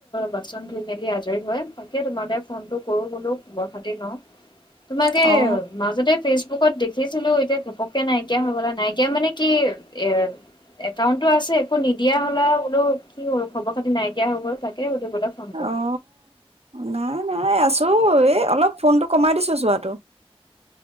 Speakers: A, on the left; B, on the right.
A: বাচন ধুই মেলি আজৰি হৈ তাকে তোমালে ফোনটো কৰো বোলো খবৰ-খাতি লওঁ, তোমাক এই
B: অ
A: মাজতে, ফেচবুকত দেখিছিলো এতিয়া ঘপককে নাইকিয়া হৈ গ'লা নাইকিয়া মানে, কি এ একাউণ্টটো আছে একো নিদিয়া হ'লা বোলো কি হ'ল খবৰ-খাতি নাইকিয়া হৈ গ'ল তাইৰ, তাকে সুধিবলে ফোন কৰিলো।
B: অ নাই নাই আছো এই অলপ ফোনটো কমাই দিছো চোৱটো